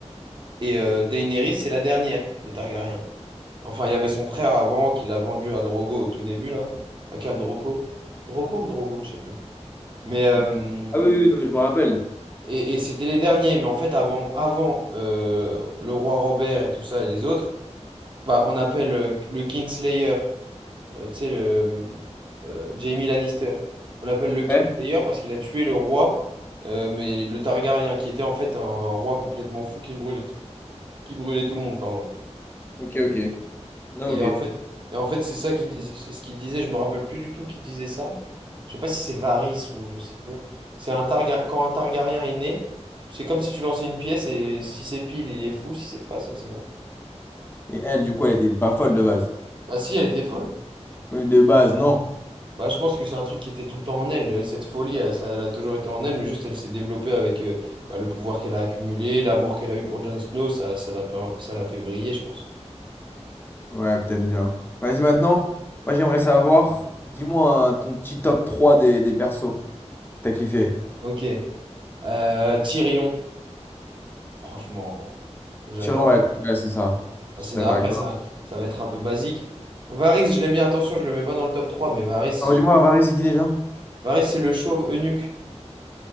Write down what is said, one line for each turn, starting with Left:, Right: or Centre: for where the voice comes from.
Right: Et euh, Daenerys, c'est la dernière des Targaryens. Enfin, il y avait son frère avant qui l'a vendu à Drogo au tout début, là. À Khal Drogo? Drogo ou Drogo, je sais plus. Mais,
Left: Je
Right: euh,
Left: sais- Ah oui, oui, non, mais je me rappelle.
Right: et, et c'était les derniers. Mais en fait, avant, avant euh, le roi Robert et tout ça et les autres, bah, on appelle euh, le Kingslayer, euh, tu sais, le, euh, Jaime Lannister. On l'appelle le Kingslayer
Left: Ouais.
Right: parce qu'il a tué le roi, euh, mais le Targaryen, qui était en fait un, un roi complètement fou qui brûlait tout, qui brûlait tout le monde, pardon.
Left: Ok, ok. Non,
Right: Et
Left: ok.
Right: en
Left: Et
Right: fait, et en fait c'est ça qu'il c'est ce qu'il disait, je me rappelle plus du tout qui disait ça. Je sais pas si c'est Varys ou je sais plus. C'est un Targa- quand un Targaryen est né, c'est comme si tu lançais une pièce et si c'est pile, il est fou, si c'est face, c'est bon.
Left: elle, du coup, elle était pas folle de base.
Right: Bah si, elle était folle.
Left: Oui, de base, non.
Right: Bah je pense que c'est un truc qui était tout le temps en elle, cette folie, elle, ça, elle a toujours été en elle, mais juste elle s'est développée avec euh, bah, le pouvoir qu'elle a accumulé, l'amour qu'elle a eu pour Jon Snow, ça, ça l'a per- ça l'a fait vriller, je pense.
Left: Ouais, peut-être bien. Vas-y, maintenant, moi, j'aimerais savoir, dis-moi hein, ton petit top 3 des, des persos. T'as kiffé.
Right: Ok. Euh, Tyrion, franchement, j'adore.
Left: Tyrion, ouais, ouais, c'est ça.
Right: Ah,
Left: Je
Right: c'est-
Left: suis d'accord
Right: Après,
Left: avec toi.
Right: ça, ça va être un peu basique. Varys, je l'aime bien. Attention, je le mets pas dans le top 3 mais Varys,
Left: Ah, bah, dis-moi,
Right: je-
Left: Varys, c'est qui déjà?
Right: Varys c'est le chauve eunuque.